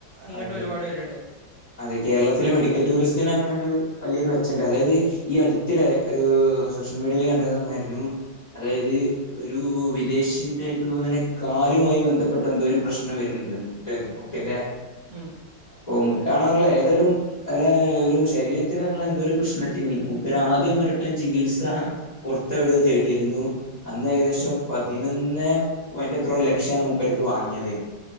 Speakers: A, on the right (about 75°); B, on the left (about 30°).
A: ഇങ്ങോട്ട്
B: അതെ അതെ
A: ഒരുപാട് വരുന്നുണ്ട്.
B: അതെ കേരളത്തിലെ മെഡിക്കൽ ടൂറിസത്തിന് അങ്ങനെ ഒരു വലിയൊരു മെച്ചണ്ട് അതായത്. ഈ അടുത്തിടെ ഒരു സോഷ്യൽ മീഡിയൽ കണ്ടത് ന്നായിരുന്നു അതായത് ഒരു വിദേശിന്റെക്ക് തോന്നണകാലുമായി ബന്ധപ്പെ പെട്ടെന്തോ ഒരു പ്രശ്നം വര്ണ്ട് മുട്ട് മുട്ടിന്റെ
A: ഉം
B: അപാെ.
A: ഉം
B: കാണാറില്ല ഏതെലുംഅയിന്ഒരു ശരീരത്തിന്നുള്ള എന്തോ ഒരു പ്രശ്നത്തിന് മൂപ്പര് ആദ്യം. ചികിത്സ പുറത്തവിട തേടിയിരുന്നു അന്ന് ഏകദേശം
A: ഉം
B: പതിനൊന്ന്. ഓ ആയിൻ്റെത്രോ ലക്ഷാണ് മൂപ്പർക്ക് വാങ്ങിയത്